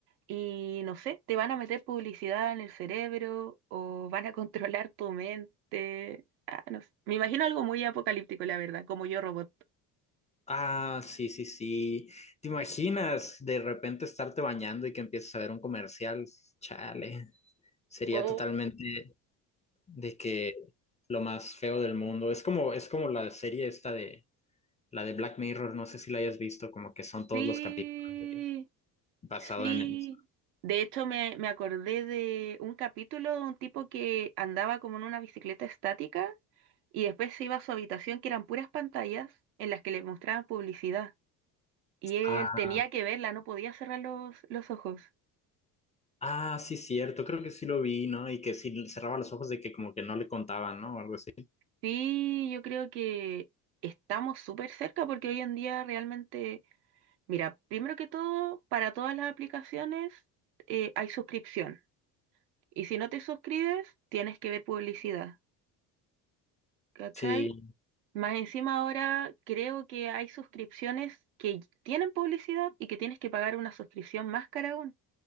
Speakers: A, on the right; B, on the left.
A: y no sé, te van a meter publicidad en el cerebro o van a <laughs> controlar tu mente. Ah, no sé. Me imagino algo muy apocalíptico, la verdad, como yo robot.
B: ah, sí, sí, sí. ¿Te imaginas de repente estarte bañando y que empieces a ver un comercial? Chale. Sería
A: Oh,
B: totalmente de que lo más feo del mundo. Es como, es como la serie esta de la de Black Mirror, no sé si la hayas visto, como que son todos
A: Sí,
B: los capítulos de- basado
A: Sí,
B: en eso.
A: de hecho me, me acordé de un capítulo de un tipo que andaba como en una bicicleta estática y después se iba a su habitación que eran puras pantallas en las que le mostraban publicidad y él
B: Ah,
A: tenía que verla, no podía cerrar los, los ojos.
B: ah, sí, cierto, creo que sí lo vi, ¿no? Y que si cerraba los ojos de que como que no le contaban, ¿no? O algo así.
A: Sí, yo creo que estamos súper cerca porque hoy en día realmente, mira, primero que todo, para todas las aplicaciones eh, hay suscripción y si no te suscribes tienes que ver publicidad. ¿Cachai?
B: Sí,
A: Más encima ahora creo que hay suscripciones que tienen publicidad y que tienes que pagar una suscripción más cara aún.